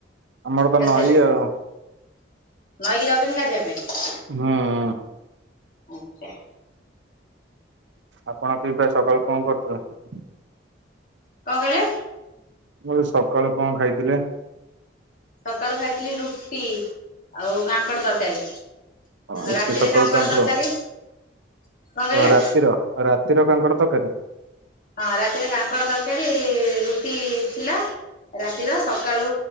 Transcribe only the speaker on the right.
ଆମର ତ
ନଈ
ଆଉ।
ହଁ।
ଆପଣ ଖୀ ପା ସକାଳୁ କଣ କରୀଥିଲ।
ମୁଁ କଲି ସକାଳୁ କଣ ଖାଇଥିଲେ।
ହଁ
ଏତେ ସକାଳୁ
କାଙ୍କଡ଼
ତ ରାତିର। ଆଉ ରାତିର କାଙ୍କଡ଼ ତକାରୀ।